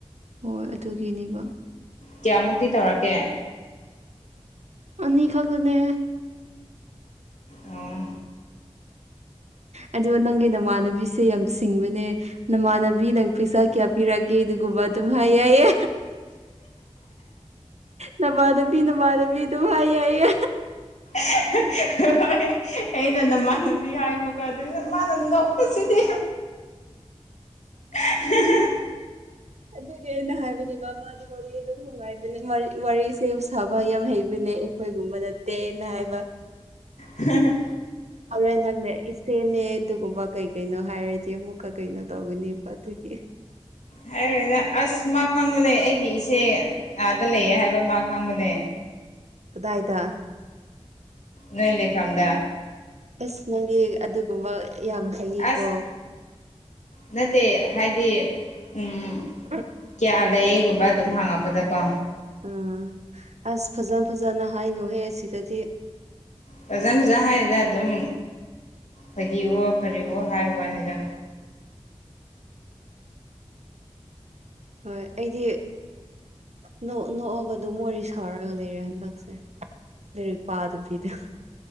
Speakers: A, on the right (about 70°); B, on the left (about 85°).
A: ꯍꯣꯏ ꯑꯗꯨꯒꯤꯅꯦꯕ
B: ꯀꯌꯥꯃꯨꯛꯇꯤ ꯇꯧꯔꯛꯀꯦ
A: ꯑꯅꯤ ꯈꯛꯗꯅꯦ
B: ꯑꯣ
A: ꯑ ꯅꯪꯒꯤ ꯅꯃꯥꯟꯅꯕꯤꯁꯦ ꯌꯥꯝ ꯁꯤꯡꯕꯅꯦ ꯅꯃꯥꯟꯅꯕꯤꯅ ꯄꯩꯁꯥ ꯀꯌꯥ ꯄꯤꯔꯛꯒꯦ ꯑꯗꯨꯒꯨꯝꯕ ꯑꯗꯨꯝ ꯍꯥꯏꯌꯦꯏꯌꯦ ꯅꯃꯥꯟꯅꯕꯤ ꯅꯃꯥꯟꯅꯕꯤ ꯑꯗꯨꯝ ꯌꯥꯏꯌꯦꯌꯦ
B: ꯍ ꯍꯣꯏ ꯑꯩꯅ ꯅꯃꯥꯟꯅꯨꯕꯤ ꯍꯥꯏꯃꯀꯣ ꯑꯗꯨ ꯅ ꯃꯥꯅ ꯅꯣꯛꯄꯁꯤꯗꯤ ꯍꯥꯍꯥ
A: ꯑꯗꯨꯗꯤ ꯑꯩꯅ ꯍꯥꯏꯕꯅꯦ ꯃꯃꯥꯗꯤ ꯋꯥꯔꯤ ꯑꯗꯨꯝ ꯅꯨꯡꯉꯥꯏꯕꯅꯦ ꯋꯥꯔꯤꯁꯦ ꯁꯥꯕ ꯌꯥꯝ ꯍꯩꯕꯅꯦ ꯑꯩꯈꯣꯏꯒꯨꯝꯕ ꯅꯠꯇꯦꯅ ꯍꯥꯏꯕ
B: ꯖꯃꯝꯃ
A: ꯑꯗꯨꯔꯦ ꯅꯪꯅꯦ ꯏꯆꯦꯅꯦ ꯑꯗꯨꯒꯨꯝꯕ ꯀꯩ ꯀꯩꯅꯣ ꯍꯥꯏꯔꯗꯤ ꯑꯃꯨꯛꯀ ꯀꯩꯅꯣ ꯇꯧꯒꯅꯦꯕ ꯑꯗꯨꯒꯤ
B: ꯍꯥꯏꯔꯣꯏꯗ ꯑꯁ ꯃꯥ ꯈꯪꯕꯅꯦ ꯑꯩꯒꯤ ꯏꯆꯦ ꯑꯥꯗ ꯂꯩꯌꯦ ꯍꯥꯏꯕ ꯃꯥ ꯈꯪꯕꯅꯦ
A: ꯀꯗꯥꯏꯗ
B: ꯅꯣꯏ ꯂꯩꯐꯝꯗ
A: ꯑꯁꯅꯒꯤ ꯑꯗꯨꯒꯨꯝꯕ ꯌꯥꯝ ꯍꯩꯌꯦꯀꯣ
B: ꯑꯁ ꯅꯠꯇꯦ ꯍꯥꯏꯗꯤ ꯎꯝ ꯎꯝ
A: ꯍ
B: ꯇꯥꯂꯌꯦꯒꯨꯝꯕ ꯑꯗꯨꯝ ꯍꯥꯡꯉꯛꯄꯗꯀꯣ
A: ꯎꯥ ꯑꯁ ꯐꯖ ꯐꯖꯅ ꯍꯥꯏꯅꯨꯍꯦ ꯁꯤꯗꯗꯤ
B: ꯐꯖꯟ ꯐꯖꯅ ꯍꯥꯏꯔꯤꯗ ꯑꯗꯨꯝ ꯐꯥꯒꯤꯋꯣ ꯀꯔꯤꯋꯣ ꯍꯥꯏ ꯋꯥꯅꯤꯗ
A: ꯍꯣꯏ ꯑꯩꯗꯤ ꯅꯣꯛ ꯅꯣꯛꯑꯒ ꯑꯗꯨꯝ ꯋꯥꯔꯤ ꯁꯥꯔꯒ ꯂꯩꯔꯦ ꯍꯟꯗꯛꯁꯦ ꯃꯦꯔꯨꯄꯥꯥꯗꯕꯤꯤꯗ